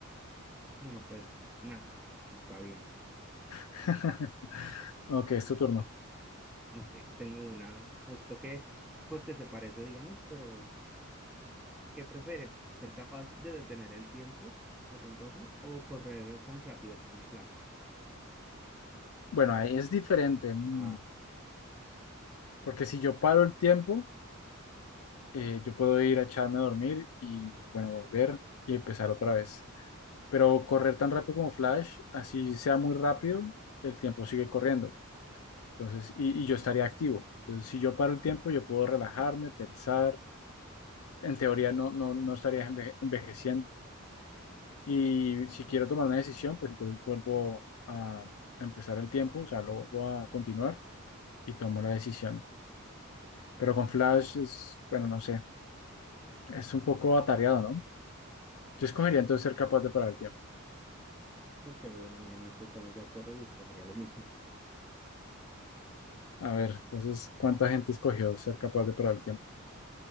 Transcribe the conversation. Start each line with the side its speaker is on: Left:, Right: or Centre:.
Centre: Bueno, pues nada, está bien.
Left: <laughs> Ok, es tu turno.
Centre: Ok, tengo una, justo que, pues que se parece, digamos, pero ¿qué prefieres? ¿Ser capaz de detener el tiempo a tu antojo o correr tan rápido como Flash?
Left: Bueno, ahí es diferente, mm,
Centre: Ah,
Left: porque si yo paro el tiempo, eh, yo puedo ir a echarme a dormir y, bueno, volver y empezar otra vez. pero correr tan rápido como Flash, así sea muy rápido, el tiempo sigue corriendo. Entonces, y, y yo estaría activo. Entonces, si yo paro el tiempo, yo puedo relajarme, pensar. En teoría no, no, no estaría enve- envejeciendo. Y si quiero tomar una decisión, pues entonces vuelvo a empezar el tiempo, o sea, lo vuelvo a continuar y tomo la decisión. Pero con Flash es, bueno, no sé, es un poco atareado, ¿no? Yo escogería entonces ser capaz de parar el tiempo.
Centre: <laughs> ok, bueno, miren, este estamos de acuerdo y escogería lo mismo.
Left: A ver, entonces, ¿cuánta gente escogió ser capaz de parar el tiempo?